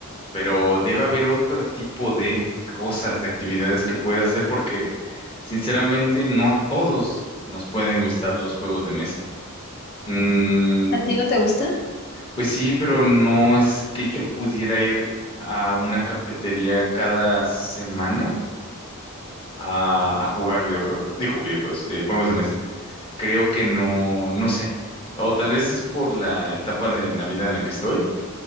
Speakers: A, on the left; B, on the left.
A: pero debe haber otro tipo de cosas, de actividades que puedas hacer porque sinceramente no a todos nos pueden gustar los juegos de mesa. Mm,
B: ¿A ti no te gustan?
A: pues sí, pero no es que yo pudiera ir a una cafetería cada semana a, a jugar videojuegos. Digo, videojuegos, eh, juegos de mesa. Creo que no, no sé. O tal vez es por la etapa de la vida en la que estoy,